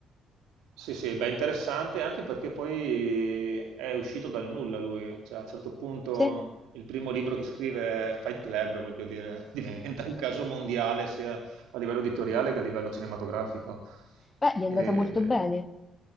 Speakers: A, on the right (about 80°); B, on the left (about 30°).
A: Sì, sì, beh, interessante anche perché poi è uscito dal nulla lui, cioè a un certo punto
B: Sì,
A: il primo libro che scrive è Fight Club, voglio dire, <laughs> diventa un caso mondiale sia a livello editoriale che a livello cinematografico.
B: beh, gli è
A: E...
B: andata molto bene.